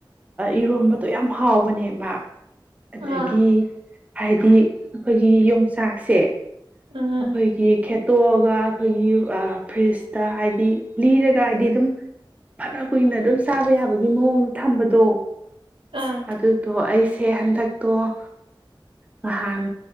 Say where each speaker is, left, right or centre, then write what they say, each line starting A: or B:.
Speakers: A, on the right; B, on the right.
A: ꯏꯔꯣꯟꯝꯕꯗꯣ ꯌꯥꯝ ꯍꯥꯎꯕꯅꯦꯕ ꯑꯗꯒꯤ
B: ꯑꯥ
A: ꯍꯥꯏꯗꯤ ꯑꯩꯈꯣꯏꯒꯤ ꯌꯣꯡꯆꯥꯛꯁꯦ
B: ꯎꯝ
A: ꯑꯩꯈꯣꯏꯒꯤ ꯈꯦ ꯇꯣꯛꯑꯒ ꯑꯩꯈꯣꯏꯒꯤ ꯐ꯭ꯔꯤꯖꯇ ꯍꯥꯏꯗꯤ ꯂꯤꯔꯒ ꯍꯥꯏꯕꯗꯤ ꯑꯗꯨꯝ ꯐꯅ ꯀꯨꯏꯅ ꯑꯗꯨꯝ ꯆꯥꯕ ꯌꯥꯕꯒꯤ ꯃꯑꯣꯡ ꯊꯝꯕꯗꯣ
B: ꯑꯥ
A: ꯑꯗꯨ ꯇꯣ ꯑꯩꯁ ꯁꯦ ꯍꯟꯗꯛꯇꯣ ꯅꯍꯥꯟ